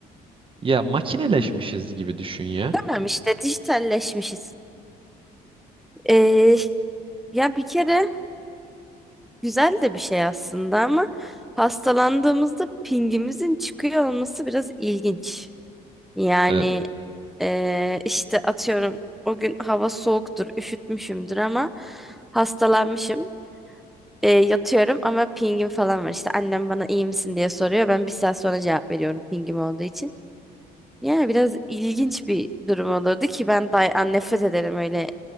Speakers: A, on the right (about 30°); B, in the centre.
A: Ya makineleşmişiz gibi düşün ya.
B: Tamam işte dijitalleşmişiz. Ee, ya bir kere güzel de bir şey aslında ama hastalandığımızda pingimizin çıkıyor olması biraz ilginç. Yani
A: Evet.
B: eee, işte atıyorum o gün hava soğuktur, üşütmüşümdür ama hastalanmışım. Eee, yatıyorum ama pingim falan var. İşte annem bana iyi misin diye soruyor. Ben bir saat sonra cevap veriyorum pingim olduğu için. Yani biraz ilginç bir durum olurdu ki ben day an nefret ederim öyle